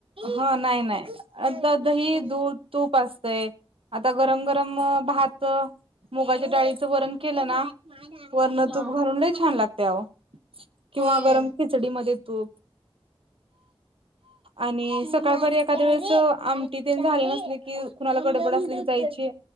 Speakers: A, on the right; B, on the right.
A: हा नाही, नाही. आता दही,
B: तेच
A: दूध, तूप अस व्हय आता गरम गरम भात अ मुगाच्या डाळीचं वरण केलं ना वरन
B: हा
A: तूप घालून लई छान लाग त्याव किंवा
B: होय
A: गरम खिचडीमध्ये तो आणि सकाळपारी एखाद्या वेळेस आमटी तेनं झाली नसली की खुणाला गडबड असली जायची,